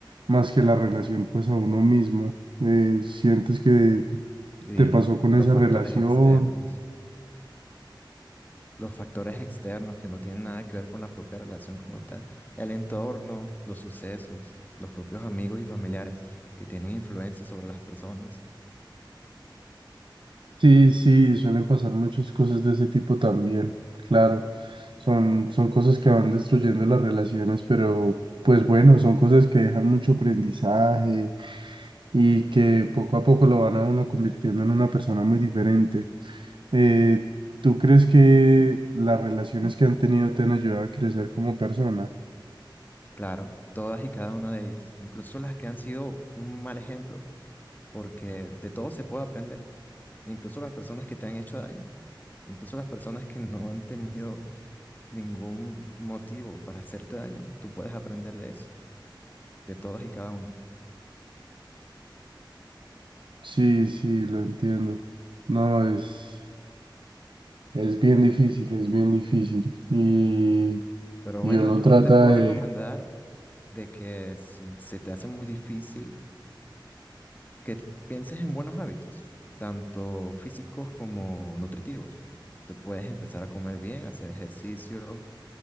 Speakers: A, on the right; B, on the left.
A: más que la relación pues a uno mismo. Eh, sientes que
B: y
A: te pasó con
B: los
A: esa
B: factores
A: relación
B: externos. los factores externos que no tienen nada que ver con la propia relación como tal, el entorno, los sucesos, los propios amigos y familiares que tienen influencia sobre las personas,
A: Sí, sí, suelen pasar muchas cosas de ese tipo también, claro. Son, son cosas que van destruyendo las relaciones, pero pues bueno, son cosas que dejan mucho aprendizaje y que poco a poco lo van a uno convirtiendo en una persona muy diferente. Eh, ¿tú crees que las relaciones que han tenido te han ayudado a crecer como persona?
B: claro, todas y cada una de ellas, incluso las que han sido un mal ejemplo, porque de todo se puede aprender, incluso las personas que te han hecho daño, incluso las personas que no han tenido ningún motivo para hacerte daño, tú puedes aprender de eso, de todas y cada una.
A: Sí, sí, lo entiendo. No, es, es bien difícil, es bien difícil. Y,
B: Pero
A: y
B: bueno,
A: uno
B: yo
A: trata
B: te puedo
A: de...
B: recomendar de que si se te hace muy difícil, que t- pienses en buenos hábitos, tanto físicos como nutritivos. Te puedes empezar a comer bien, hacer ejercicio.